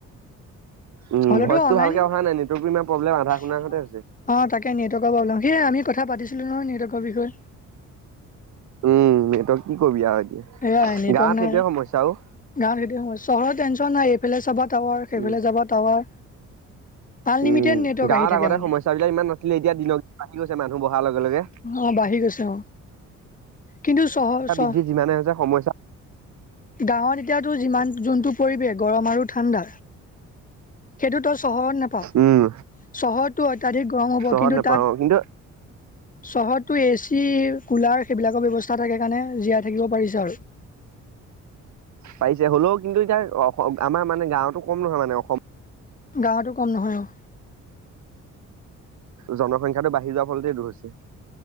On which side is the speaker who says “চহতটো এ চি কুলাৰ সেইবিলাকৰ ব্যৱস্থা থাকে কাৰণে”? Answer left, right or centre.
Left